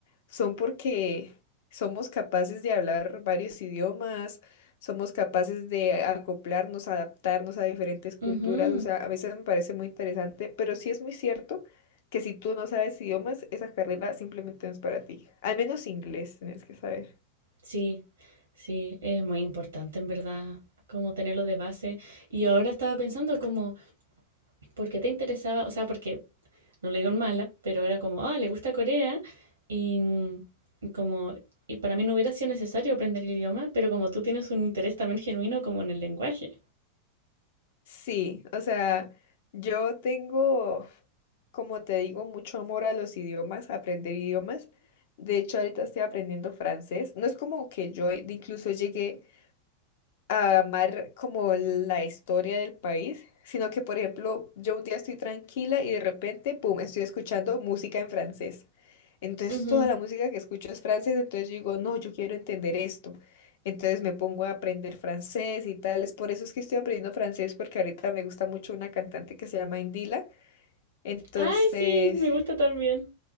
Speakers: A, on the left; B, on the right.
A: son porque somos capaces de hablar varios idiomas, somos capaces de acoplarnos, adaptarnos a diferentes culturas.
B: Ujú.
A: O sea, a veces me parece muy interesante, pero sí es muy cierto que si tú no sabes idiomas, esa carrera simplemente no es para ti. Al menos inglés tienes que saber.
B: Sí, sí, es muy importante en verdad como tenerlo de base. Y ahora estaba pensando como, ¿por qué te interesaba? O sea, porque no lo digo en mala, pero era como, ah, le gusta Corea y, mm, y como, y para mí no hubiera sido necesario aprender el idioma, pero como tú tienes un interés también genuino como en el lenguaje.
A: Sí, o sea, yo tengo, como te digo, mucho amor a los idiomas, a aprender idiomas. De hecho, ahorita estoy aprendiendo francés. No es como que yo incluso llegué a amar como la historia del país, sino que, por ejemplo, yo un día estoy tranquila y de repente, pum, estoy escuchando música en francés. Entonces
B: Ujú,
A: toda
B: ujú.
A: la música que escucho es francés, entonces yo digo, no, yo quiero entender esto. Entonces me pongo a aprender francés y tal. Es por eso es que estoy aprendiendo francés, porque ahorita me gusta mucho una cantante que se llama Indila. Entonces,
B: Ay, sí, me gusta también.